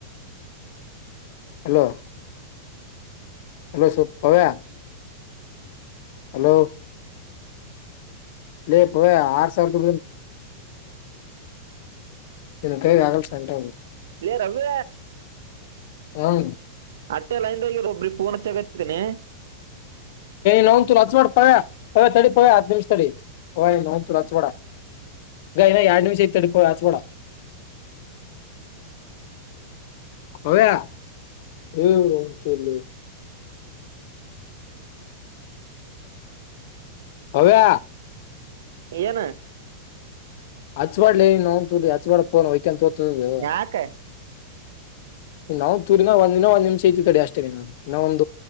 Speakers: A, on the left; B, on the right.
A: ಹಲೋ ಹಲೋ ಸತ್ ಪಾವ್ಯಾ ಹಲೋ ಲ ಇ ಆರು ಸಾವಿ ತೋ ಇಲ್ ಕೇಗ ಆಗಲ್ಂಟ
B: ಇ ರ ಅಭು
A: ಹ್ಮ
B: ಅಟ್ಟೆ ಲೈನ್ದಾಗಿ ಒಬ್ರಿ ಪೂನ್ ಹಚ್ಚೆಗತ್ತತೀನಿ
A: ನವು ತು ಅಚವಾಡ ಪಾವ ಹ ತಡೆ ಪವ ಹತ್ತು ನಿಮಿಷ ತಡೆ ಹ ನ ತು ರಾಜಚವಾಡ ನ ಎರಡು ನಿಮಿಷ ಐ ತಡಿಪತ ಕೂಡ ಹವೇ ಹವ ರಾಮ ಚಲ್ಲ ಹಬ್ಬ
B: ಇನ
A: ಹಚ್ವಾಡ್ಲ ನಂತೂ ಹಚ್ವಾಡೋನು ವೈಕ ತೋತದದು
B: ಯಾಕ
A: ನಾವು ತೂರಿನ ಒಂದ್ನ ಒಂದ್ ನಿಮಿಷ ಐತಿ ತಡೆ ಅಷ್ಟೇ ಇನ್ನ ಒಂದ